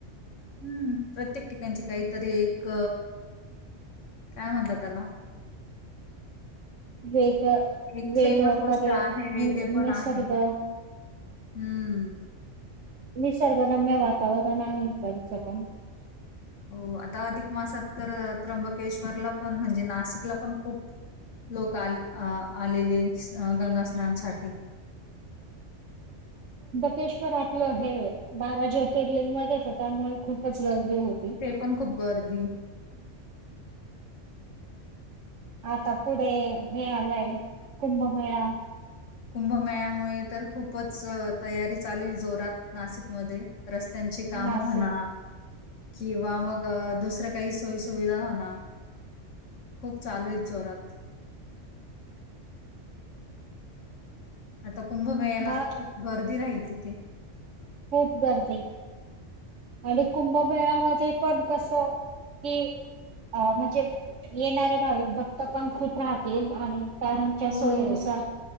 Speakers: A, on the left (about 90°); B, on the right (about 75°).
A: हम्म प्रत्येक ठिकाणचे कांहीतरी एक काय म्हणता त्याला
B: वेग
A: एक
B: वेगळं
A: फ्रेम्स गोष्ट
B: पर्य
A: आहे वेगळे
B: नि-
A: पणं
B: निसर्ग
A: आहे हम्म
B: निसर्गरम्य वातावरण आहे इकडचं पणं
A: हो आता अधिक मासात तर त्र्यंबकेश्वरला पण म्हणजे नाशिकला पणं खूप लोक आले आलेले गंगा स्नानसाठी
B: मुत्येश्वर आपलं हे बारा ज्योतिर्लिंग मध्येयेते त्यामुळे खूपचं गर्दी होते
A: पणं खूप गर्दी
B: आता पुढें हे आलंय कुंभमेळा
A: कुंभमेळ्यामुळे तर खूपचं तयारी चालू आहे जोरात नाशिकमध्ये रस्त्यांची कामे
B: नाशिक
A: म्हणा किंवा मग दुसरं काही सोयीसुविधा हो ना खूप चालूं आहेतः जोरात आता कुंभमेळ्याला
B: ना
A: तर खूप गर्दी राहीलं तिथे
B: खूप गर्दी आणि कुंभमेळामध्ये पणं कसं की म्हणजे येणारे भाविक भक्त पणं खूप राहतील आणि त्यांच्या
A: हो,
B: सोयीनुसार